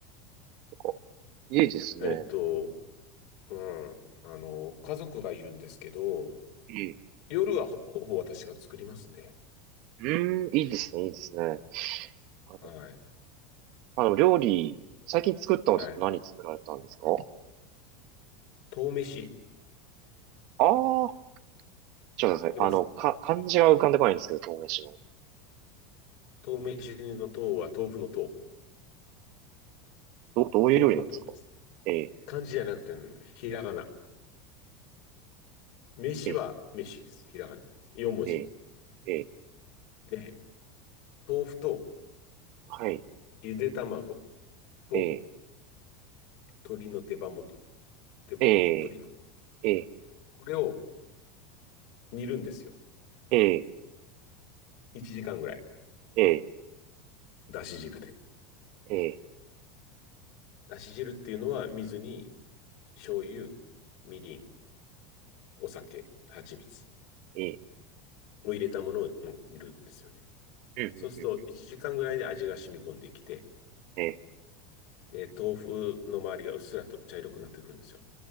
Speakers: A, on the right; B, on the left.
A: なんか、いいですね。
B: えっと、うん。あの、家族がいるんですけど、
A: いい。
B: 夜はほ、ほぼ私が作りますね。
A: うん、いいですね、いいですね。あの、
B: はい。
A: あの料理、最近作ったのって何作られたんですか
B: はい。豆飯、
A: ああー、ちょっと待ってください。
B: 知ってます
A: あの、か、漢字が浮かんでこないんですけど、豆飯の。
B: 豆飯の豆は豆腐の豆。
A: ど、どういう料理なんですか
B: 豆腐の豆ですね。
A: ええ
B: 漢字じゃなくてね、ひらがな。飯は飯です。
A: ええ
B: ひらがな。4文字。
A: ええええ
B: で、豆腐と
A: はい、
B: ゆで卵と
A: ええ
B: 鶏の手羽元。手羽元と鶏の。
A: ええええ
B: これを煮るんですよ。
A: ええ
B: 1時間ぐらい。
A: ええ
B: だし汁で。
A: ええ
B: だし汁っていうのは水に醤油、みりん、お酒、蜂蜜
A: ええ
B: を入れたものを煮るんですよね。
A: うんうんうんうん
B: そうすると1時間ぐらいで味が染み込んできて、
A: ええ
B: で、豆腐の周りがうっすらと茶色くなってくるんですよ。